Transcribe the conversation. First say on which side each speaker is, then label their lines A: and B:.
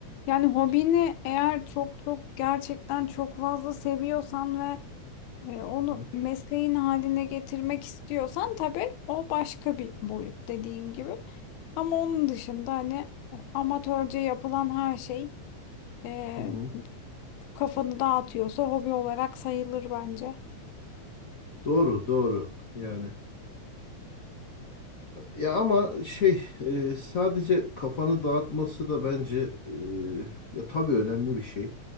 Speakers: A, on the left; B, on the left.
A: Yani hobini eğer çok çok gerçekten çok fazla seviyorsan ve e, onu
B: Hı hı.
A: mesleğin haline getirmek istiyorsan tabii o başka bir boyut dediğin gibi. Ama onun dışında hani e, amatörce yapılan her şey e,
B: Hı hı.
A: kafanı dağıtıyorsa hobi olarak sayılır bence.
B: Doğru, doğru. Yani Ya ama şey e, sadece kafanı dağıtması da bence e, ya tabii önemli bir şey.